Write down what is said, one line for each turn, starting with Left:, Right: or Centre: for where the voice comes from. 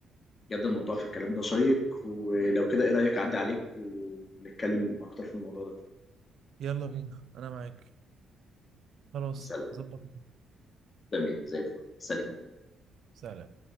Left: بجد الموضوع في الكلام ده شيق ولو كده ايه رايك اعدي عليك ونتكلم اكتر في الموضوع ده؟
Right: يلا بينا أنا معاك خلاص
Left: سلام
Right: ظبط
Left: تمام زي الفل سلام
Right: سلام